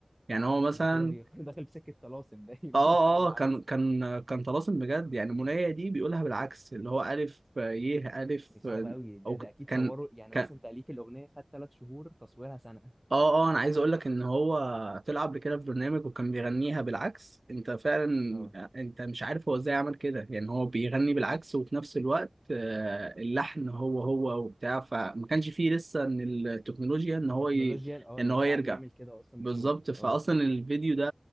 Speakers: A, on the right; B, in the centre.
A: يعني هو مثلا
B: ده كده بي... <laughs> داخل في سكه طلاسم باين
A: اه اه
B: <laughs> بيقول حاجه بالعكس
A: آه، كان كان كان طلاسم بجد يعني منايا دي بيقولها بالعكس اللي هو الف ي الف
B: دي صعبه قوي ده
A: او
B: ده
A: ك-
B: اكيد
A: كان
B: صوره يعني
A: ك-
B: مثلا تاليف الاغنيه خد ثلاث شهور تصويرها سنه
A: اه اه انا عايز اقول لك ان هو طلع قبل كده في برنامج وكان بيغنيها بالعكس انت فعلا
B: اه
A: انت مش عارف هو ازاي عمل كده يعني هو بيغني بالعكس وفي نفس الوقت آه، اللحن هو هو وبتاع فما كانش فيه لسه ان التكنولوجيا ان
B: التكنولوجيا
A: هو ي...
B: اه
A: ان
B: ان
A: هو
B: تساعده
A: يرجع
B: يعمل كده اصلا
A: بالظبط
B: بسهوله
A: فاصلا
B: اه
A: الفيديو ده